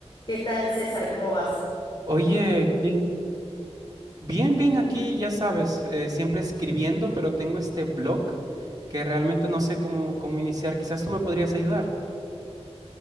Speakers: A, on the left; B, on the right.
A: ¿Qué tal, César? ¿Cómo vas?
B: Oye, qué- bien, bien aquí, ya sabes, eh, siempre escribiendo, pero tengo este blog que realmente no sé cómo, cómo iniciar. Quizás tú me podrías ayudar.